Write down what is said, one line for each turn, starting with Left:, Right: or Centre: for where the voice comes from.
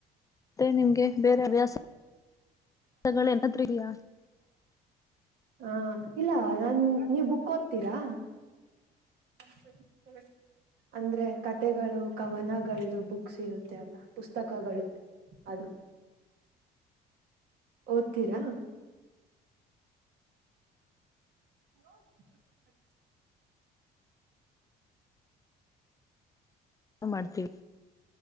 Left: ಮತ್ತೆ ನಿಮ್ಗೆ ಬೇರೆ ಅಭ್ಯಾಸ ಗಳೇನಾದ್ರೂ ಇದೆಯಾ.
Right: ಆ ಇಲ್ಲ ನಾನ್ ನೀವ ಬುಕ್ ಓದ್ತೀರಾ. <inaudible> ಅಂದ್ರೆ ಕತೆೆಗಳು ಕವನಗಳದು ಬುಕ್ಸ್ ಇರುತ್ತೆ ಅಲ್ಲ ಪುಸ್ತಕಗಳು ಅದು
Left: <inaudible>
Right: ಓದ್ತೀರಾ. <inaudible>
Left: ಮಾಡ್ತೀವ